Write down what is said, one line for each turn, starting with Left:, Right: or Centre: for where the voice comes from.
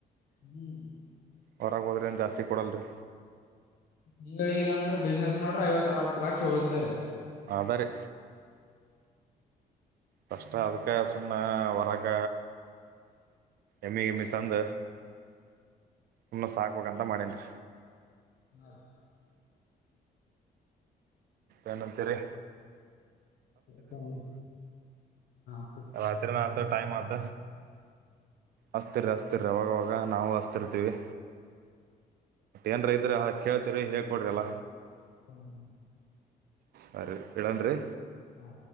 Left: ಹ್ಮ್
Right: ಹೊರಗೆ ಹೋದ್ರೆ ಏನು ಜಾಸ್ತಿ ಕೊಡಲ್ರಿ
Left: ನಿಂಗ ಇಿಲ್ಲ ಅಂದ್ರೆ ಬಿಸ್ನೆಸ್ ಮಾಡ್ರೆ ಐವತ್ತ ಅರವತ್ತು ಲಕ್ಷ ಉಳಿತಾದ್ರಿ
Right: ಆದರೀ ಕಷ್ಟ ಅದಕ್ಕ ಸುಮ್ಮನೆ ವರಾಗ ಎಮ್ಮಿ ಎಮ್ಮಿ ತಂದ ಸುಮ್ಮ ಸಾಕ್ಬೇಕ ಅಂತ ಮಾಡೆನ್ರಿ
Left: ಹಾ ರಿ
Right: ಏನಂತೀರಿ
Left: ಹ್ಮ ಹ್ಮ
Right: ರಾತ್ರಿನಾತ್ತು ಟೈಮ್ ಆತ ಅಸ್ತಿರರಿ ಅಸ್ತಿರೀ ಅವಾಗವಾಗ ನಾವು ಅಸ್ತಿರ್ತೀವಿ ಏನ್ರಾ ಇದರ ಕೇಳ್ತ ರಿ ಹೇ ಕೊಡ್ಡ್ರಲ್ಲ
Left: ಹ ಹ
Right: ಸರಿ ಇದನ್ರೀ
Left: ಹ್ಮ